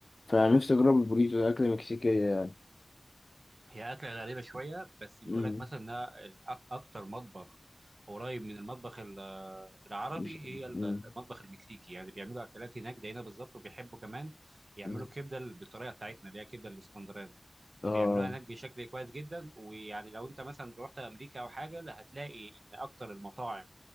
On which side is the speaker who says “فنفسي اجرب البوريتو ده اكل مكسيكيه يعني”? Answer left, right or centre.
Left